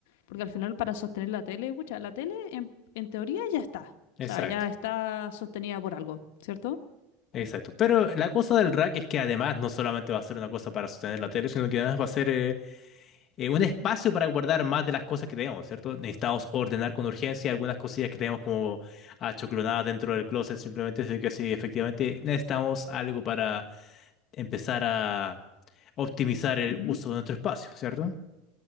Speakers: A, on the left; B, on the left.
A: porque al final para sostener la tele, pucha, la tele en, en teoría ya está,
B: Exacto,
A: o sea, ya está sostenida por algo, ¿cierto?
B: exacto. Pero la cosa del rack es que además no solamente va a ser una cosa para sostener la tele, sino que además va a ser eh, eh, un espacio para guardar más de las cosas que tenemos, ¿cierto? Necesitamos ordenar con urgencia algunas cosillas que tenemos como achoclonadas dentro del closet, simplemente así que sí, efectivamente necesitamos algo para empezar a optimizar el
A: Ujú.
B: uso de nuestro espacio, ¿cierto?